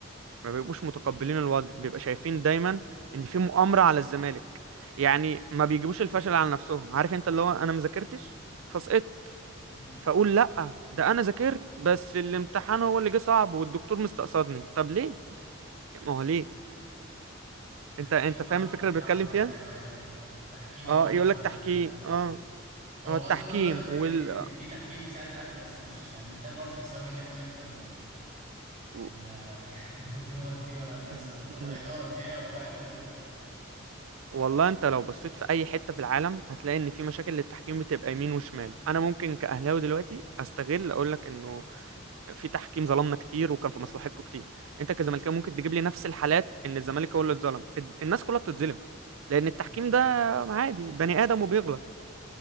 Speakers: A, on the right; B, on the right.
A: ما بيبقوش متقبلين الوضع بيبقى شايفين دايما ان في مؤامرة على الزمالك يعني ما بيجيبوش الفشل على نفسهم عارف انت اللي هو انا ما ذاكرتش فسقطت
B: مم.
A: فاقول لا ده انا ذاكرت بس الامتحان هو اللي جه صعب والدكتور مستقصدني طب ليه ما هو ليه
B: تحكيم
A: انت انت فاهم
B: بقى
A: الفكرة
B: وبتاع
A: اللي بتكلم
B: والحاجات
A: فيها
B: دي ايوه ايوه فاهم تحكيم
A: اه
B: هو اللي
A: يقول لك
B: مع
A: تحكيم
B: الاهلي
A: اه
B: هو
A: اه
B: بغض
A: التحكيم
B: النظر ان ان
A: وال
B: ان في تحكيم بيساعد الاهلي بس مش مش ده برضه السبب ان احنا نخسر ال
A: و-
B: ال- <laughs> البطولات دي ولا نخسر
A: <laughs>
B: ولا اداره هي هو عيب اداره
A: والله انت لو بصيت في اي حتة في العالم هتلاقي ان في مشاكل للتحكيم بتبقى يمين وشمال انا ممكن كأهلاوي دلوقتي استغل اقول لك انه في تحكيم ظلمنا كتير وكان في مصلحتكم كتير انت كزملكاوي ممكن تجيب لي نفس الحالات ان الزمالك هو اللي اتظلم الد- الناس كلها بتتظلم لان التحكيم
B: مم.
A: ده عادي بني ادم وبيغلط